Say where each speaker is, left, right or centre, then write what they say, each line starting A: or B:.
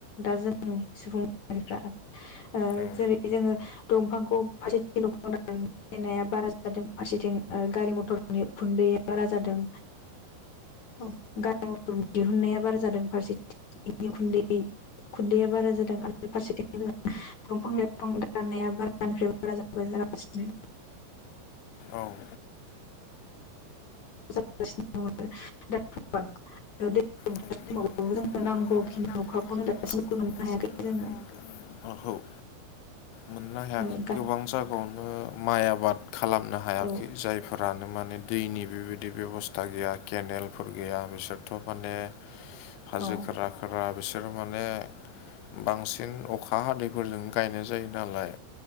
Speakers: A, on the left (about 55°); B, on the left (about 85°).
A: दा जों सुबुं <unintelligible> फ्रा ओ
B: ओ
A: जेरै जोङो दंफांखौ फारसेथिं दंफायनाया बारा जादों फारसेथिं गारि मथरनि खुन्दैया बारा जादों औ गारि मथर दिहुननाया बारा जादों फारसेथिं उखुन्दै खुन्दैया बारा जादों आरो फारसेथिं जों दंफां लाइफां दानाया बारानिफ्राय बारा जालां जागासिनो
B: औ
A: <unintelligible> <unintelligible>
B: दैयाव
A: जोंनो
B: बोथोर
A: नांगौखिनि अखाखौनो
B: <unintelligible>
A: दासिमबो मोननो
B: हाया
A: हायाखै जोङो
B: माखौ मोननो गोबां
A: ओ गा
B: जायगायावनो माइ आबाद खालामनो हायाखै
A: औ
B: जाय फोरानो माने दैनि बेबायदि बेबस्था गैया केनेलफोर गैया बिसोरथ माने हाजो
A: औ
B: खोरा खोरा बिसोर माने बांसिन अखा हादैफोरजों गायनाय जायो नालाय